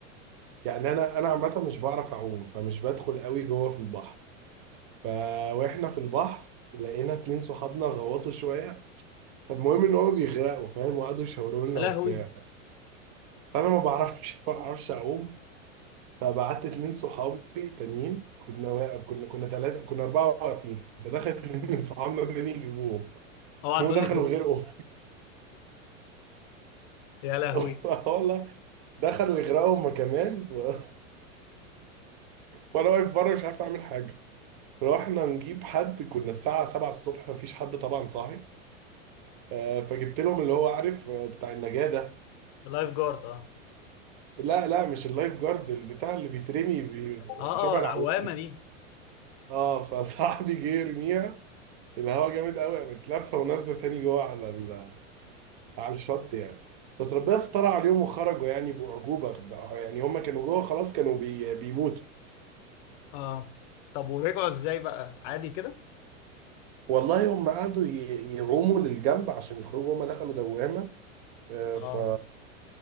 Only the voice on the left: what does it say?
يا
لهوي
اوعى
تقول
لي غيره
يا لهوي
اللايف جارد اه
اه
اه العوامه
دي
اه طب ورجعوا ازاي بقى عادي كده
اه